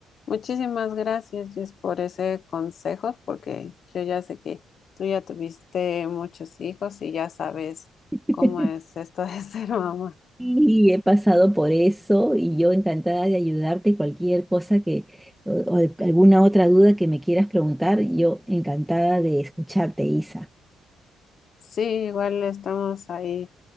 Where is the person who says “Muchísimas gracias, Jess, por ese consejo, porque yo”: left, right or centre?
Left